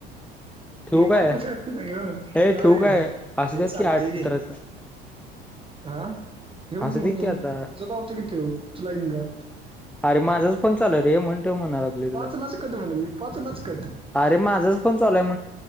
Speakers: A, in the centre; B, on the right (about 20°).
A: ठेवू
B: निवांत
A: काय
B: च हाईस न्हव,
A: हे
B: का
A: ठेवू
B: रे,
A: काय असू
B: ये
A: देत
B: चालतंय
A: आठ सतराच
B: की. हा ठेवू
A: असू
B: की
A: दे
B: मग तुझ
A: आता
B: तुझं लावतो की ठेव तू लाईन का.
A: अरे माझंच फोन चालू हाय रे म्हण ठेव म्हणालोय
B: पाच
A: तुला
B: लाच कट म्हणा मी पाच लाच कट
A: अरे माझ फोन चाल